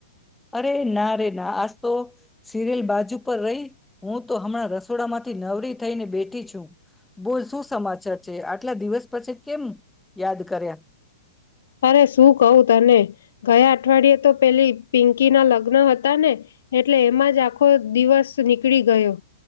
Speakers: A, in the centre; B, on the left (about 55°).
A: અરે ના રે ના આજ તો સિરિયલ બાજુ પર રહી હું તો હમણાં રસોડા માંથી નવરી થઈ ને બેઠી છું. બોલ શું સમાચાર છે, આટલા દિવસ પછી કેમ યાદ કર્યા?
B: અરે શું કહું તને ગયા અઠવાડિયે તો પેલી પિંકી ના લગ્ન હતા ને એટલે એમાં જ આખો દિવસ નીકળી ગયો